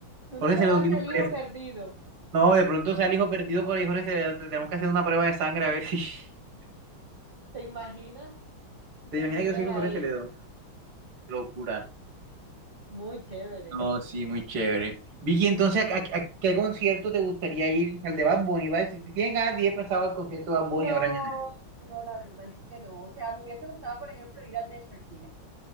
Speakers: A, on the right; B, on the right.
A: tú
B: Jorge
A: no serás
B: Celedón tiene
A: el
B: un precio.
A: hijo perdido.
B: No, de pronto sea el hijo perdido por ahí, Jorge Celedón, te- tenemos que hacer una prueba de sangre a ver si. <laughs>
A: ¿Te imaginas? Tú
B: ¿Te
A: termines
B: imaginas que yo soy hijo
A: ahí.
B: de Jorge Celedón? Locura.
A: Muy chévere.
B: No, sí, muy chévere. Vicky, entonces, ¿a, a- a qué concierto te gustaría ir? Al de Bad Bunny, ¿vale? Si tienes ganas de ir pasado al concierto
A: No,
B: de Bad Bunny ahora en enero.
A: no, la verdad es que no. O sea, me hubiese gustado, por ejemplo, ir al de Shakira.